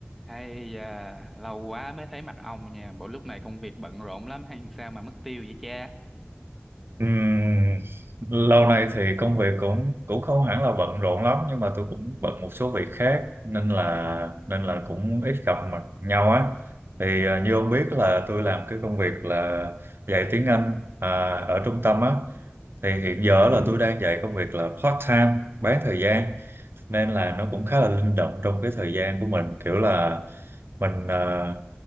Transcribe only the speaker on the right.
Ừm, lâu nay thì công việc cũng cũng không hẳn là bận rộn lắm nhưng mà tôi cũng bận một số việc khác nên là nên là cũng ít gặp mặt nhau á thì à, như ông biết là tôi làm cái công việc là dạy tiếng Anh à, ở trung tâm á thì hiện
giờ là tôi đang dạy công việc là part time bán thời gian nên là nó cũng khá là linh động trong cái thời gian của mình kiểu là mình à,